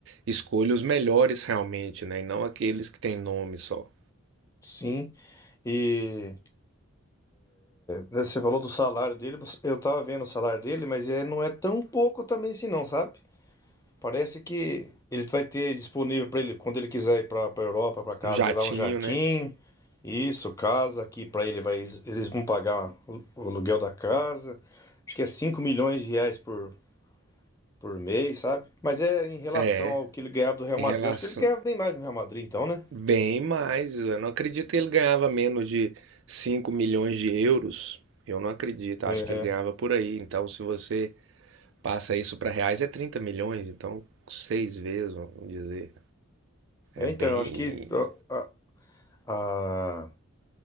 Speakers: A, on the right (about 60°); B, on the left (about 15°).
A: escolha os melhores realmente, né? E não aqueles que têm nome só.
B: sim. E né, Você falou do salário dele, eu tava vendo o salário dele, mas é, não é tão pouco também assim, não, sabe? Parece que ele vai ter disponível para ele quando ele quiser ir para a Europa, para casa
A: Um jatinho,
B: dele lá um jatinho.
A: né?
B: Isso, casa aqui para ele vai eles vão pagar o o aluguel da casa. Acho que é 5 milhões de reais por, por mês, sabe? Mas é em relação
A: É,
B: ao que ele ganhava do Real
A: em
B: Madrid.
A: relação.
B: Eu Acho que ele ganhava bem mais no Real Madrid, então, né?
A: Bem mais. Eu não acredito que ele ganhava menos de 5 milhões de euros. Eu não acredito.
B: É,
A: Acho que ele ganhava por aí. Então, se você Passa isso para reais é 30 milhões, então seis vezes, vamos dizer.
B: é,
A: É bem.
B: então, eu acho que a, a- a-